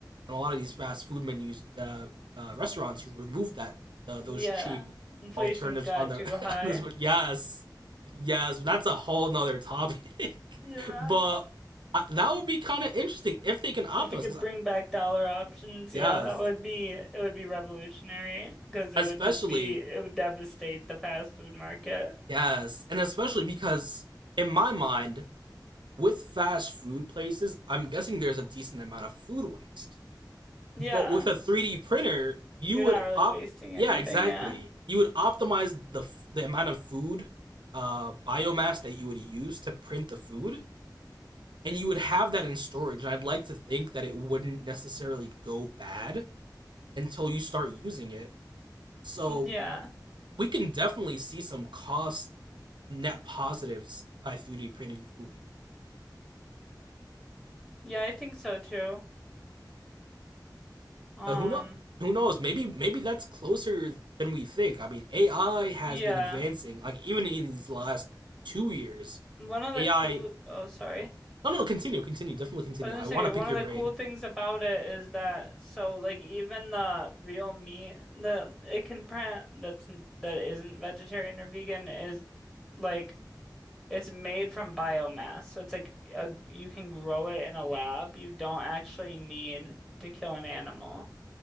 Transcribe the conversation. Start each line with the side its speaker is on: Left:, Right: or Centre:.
Right: and a lot of these fast food menus, uh, uh, restaurants removed that uh, those
Centre: Yeah.
Right: cheap
Centre: Inflation's
Right: alternatives
Centre: got
Right: on their
Centre: too high.
Right: <laughs> on this. one. Yes, yes, that's a whole nother topic. <laughs>
Centre: Yeah.
Right: but uh, that would be kind of interesting if they can optimize.
Centre: If you could
Right: Because
Centre: bring back dollar options, yeah,
Right: yes,
Centre: that would be it would be revolutionary because it
Right: especially
Centre: would just be it would devastate the fast food market.
Right: yes, and especially because in my mind, with fast food places, I'm guessing there's a decent amount of food waste
Centre: Yeah.
Right: But with a 3D printer,
Centre: You're
Right: you would
Centre: not really
Right: op
Centre: wasting anything,
Right: yeah, exactly.
Centre: yeah.
Right: You would optimize the the amount of food uh biomass that you would use to print the food and you would have that in storage. And I'd like to think that it wouldn't necessarily go bad until you start using it. So
Centre: Yeah.
Right: we can definitely see some cost net positives by 3D printing food.
Centre: Yeah, I think so too. Um,
Right: Uh, who know? Who knows? Maybe maybe that's closer than we think. I mean, AI has
Centre: yeah.
Right: been advancing. Like even in these last two years,
Centre: One of the
Right: AI.
Centre: cool oh sorry.
Right: No, no, no, continue, continue, definitely continue.
Centre: I was gonna
Right: I
Centre: say
Right: want to
Centre: one
Right: pick your
Centre: of the
Right: brain.
Centre: cool things about it is that so like even the real meat that it can print that's that isn't vegetarian or vegan is like It's made from biomass, so it's like a, you can grow it in a lab. You don't actually need to kill an animal